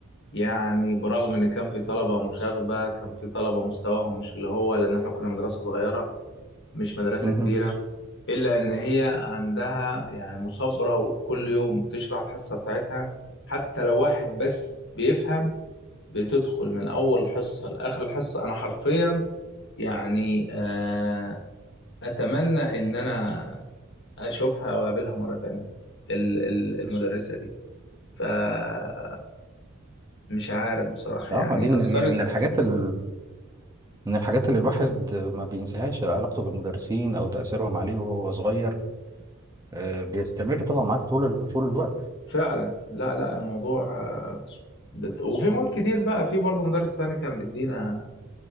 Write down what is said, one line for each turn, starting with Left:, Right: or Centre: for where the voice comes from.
Left: يعني برغم ان كان في طلبة مشاغبة كان في طلبة مستواهم مش اللي هو لان احنا كنا مدرسة صغيرة مش مدرسة
Right: مهم.
Left: كبيرة إلا إن هي عندها يعني مثابرة وكل يوم بتشرح الحصة بتاعتها حتى لو واحد بس بيفهم بتدخل من أول حصة لآخر الحصة أنا حرفيا يعني آه أتمنى إن أنا أشوفها أو أقابلها مرة تانية ال- ال- المدرسة دي فمش عارف بصراحة
Right: اه
Left: يعني
Right: دي من
Left: أثرت
Right: من من الحاجات ال من الحاجات اللي الواحد ما بينساهاش علاقته بالمدرسين او تأثيرهم عليه وهو صغير آه، بيستمر طبعا معاك طول ال- طول الوقت
Left: فعلا لا لا الموضوع آه، بت... وفي مواد كتير بقى في برضه مدرس تاني كان بيدينا